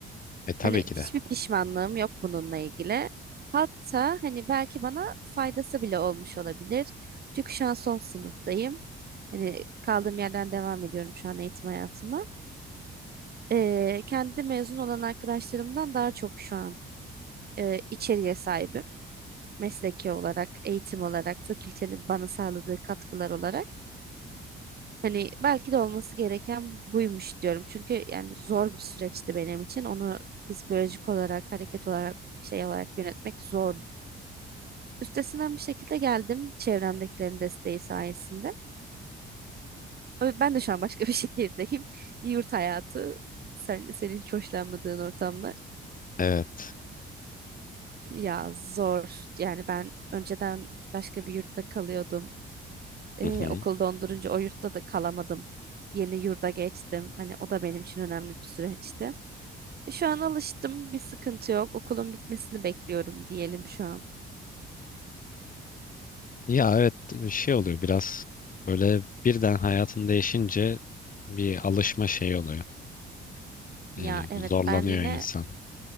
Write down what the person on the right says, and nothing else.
Hani
hiçbir pişmanlığım yok bununla ilgili. Hatta hani belki bana faydası bile olmuş olabilir. Çünkü şu an son sınıftayım. Hani kaldığım yerden devam ediyorum şu an eğitim hayatıma. Ee, kendi mezun olan arkadaşlarımdan daha çok şu an e, içeriğe sahibim. Mesleki olarak, eğitim olarak, fakültenin bana sağladığı katkılar olarak. Hani belki de olması gereken buymuş diyorum. Çünkü yani zor bir süreçti benim için. Onu psikolojik olarak, hareket olarak, şey olarak yönetmek zordu. Üstesinden bir şekilde geldim çevremdekilerin desteği sayesinde. Ö- Ben de şu an başka bir <laughs> şehirdeyim. Yurt hayatı, sen, senin hiç hoşlanmadığın ortamlar.
Ya zor. Yani ben önceden başka bir yurtta kalıyordum. Ee,
okul dondurunca o yurtta da kalamadım. Yeni yurda geçtim. Hani o da benim için önemli bir süreçti. E, Şu an alıştım. Bir sıkıntı yok. Okulun bitmesini bekliyorum diyelim şu an.
Ya
evet
ben yine